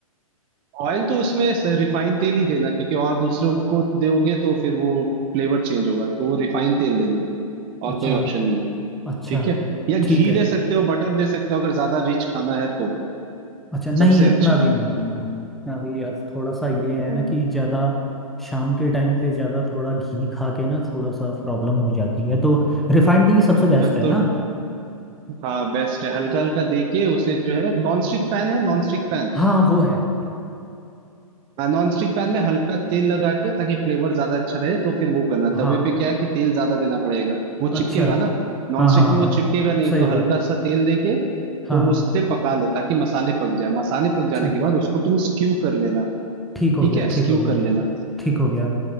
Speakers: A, on the right; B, in the centre.
A: ऑयल तो उसमें रिफाइंड तेल ही देना क्योंकि और दूसरों को दोगे तो फिर वो फ्लेवर चेंज होगा तो वो रिफाइंड तेल देना
B: अच्छा
A: और कोई ऑप्शन नहीं है
B: अच्छा
A: ठीक है या घी
B: ठीक है
A: दे सकते हो बटर दे सकते हो अगर ज्यादा रिच खाना है तो
B: अच्छा नहीं
A: सबसे
B: इतना
A: अच्छा
B: भी नहीं इतना भी अब थोड़ा सा ये है
A: हम्म
B: ना कि ज़्यादा शाम के टाइम पे ज़्यादा थोड़ा घी खा के ना थोड़ा सा प्रॉब्लम हो जाती है तो रिफाइंड टी सबसे बेस्ट
A: हाँ,
B: है
A: तो
B: ना
A: हाँ बेस्ट है हल्का हल्का दे के उसे जो है नॉन स्टिक पैन है non stick pan
B: हाँ वो है
A: non stick pan में हल्का तेल लगा के ताकि फ्लेवर ज्यादा अच्छा रहे तो फिर वो करना
B: हाँ
A: तवे पे क्या है कि तेल ज्यादा देना पड़ेगा वो
B: अच्छा
A: चिपकेगा ना नॉन
B: हाँ हाँ
A: स्टिक में
B: हाँ
A: वो चिपकेगा नहीं
B: सही
A: तो
B: बात
A: हल्का सा तेल दे के
B: हाँ
A: तुम
B: हाँ
A: उससे पका लो ताकि मसाले पक जाए मसाले पक जाने
B: ठीक
A: के बाद उसको तुम स्क्यू कर लेना
B: ठीक हो
A: ठीक
B: गया
A: है
B: ठीक
A: स्क्यू
B: हो गया
A: कर लेना
B: ठीक हो गया